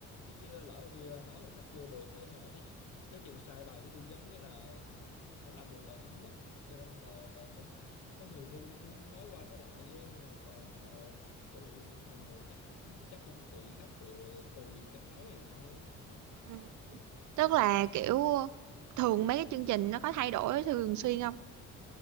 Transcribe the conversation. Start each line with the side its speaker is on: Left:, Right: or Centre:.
Left: chứ, chứ lỡ mà tôi ờ, nói mà khách vô được á, mà tới tới chừng sai bài của tư vấn cái là không làm được là cũng mất cho nên là, là có, có nhiều khi cũng, cũng nói qua nói lại với mà còn ờ, phụ được hay không thì chắc chắc cũng tùy khách rồi rồi tùy cách nói này nọ nữa
Right: Ừ. tức là kiểu thường mấy cái chương trình nó có thay đổi thường xuyên không